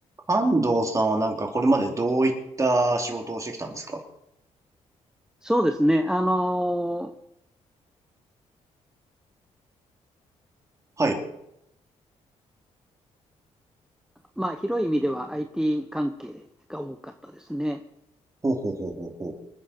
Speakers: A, on the right (about 25°); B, in the centre.
A: 安藤さんはなんかこれまでどういった仕事をしてきたんですか
B: そうですね。あのー
A: はい。
B: まあ、広い意味では IT 関係が多かったですね。
A: ほうほうほうほうほう。